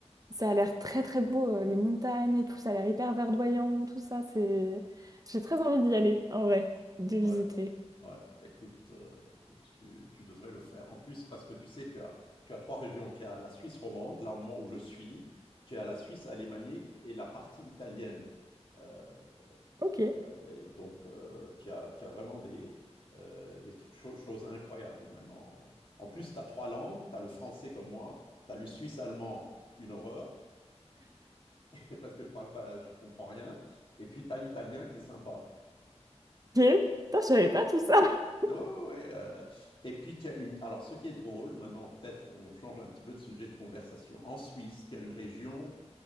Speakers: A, on the right; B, on the left.
A: Ça a l'air très très beau, euh, les montagnes et tout, ça a l'air hyper verdoyant, tout ça, c'est... J'ai très envie d'y aller, en vrai, de visiter.
B: Ouais. Ouais, écoute, euh, écoute, tu, tu devrais le faire. En plus, parce que tu sais, tu as, tu as trois régions. Tu as la Suisse romande, là moi, où je suis, tu as la Suisse alémanique et la partie italienne. Euh,
A: Ok.
B: et,
A: Ok.
B: euh, et donc, euh, tu as, tu as vraiment des, euh, des tr- cho- choses incroyables maintenant. En plus, tu as trois langues. Tu as le français comme moi, tu as le suisse-allemand, une horreur, <laughs> parce que je parle pas, je comprends rien. Et puis, tu as l'italien qui est sympa.
A: Putain, je savais pas tout ça. <laughs>
B: Oui, oui, euh, et puis, qu'il y a une- alors ce qui est drôle, maintenant peut-être on change un petit peu de sujet de conversation, en Suisse, il y a une région